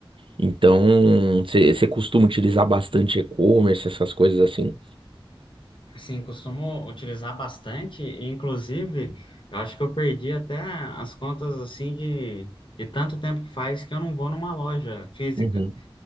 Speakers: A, on the right; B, on the left.
A: Então, você você costuma utilizar bastante e-commerce, essas coisas assim.
B: Sim, costumo utilizar bastante, e, inclusive, eu acho que eu perdi até as contas assim de, de tanto tempo que faz que eu não vou numa loja física.
A: Uhum.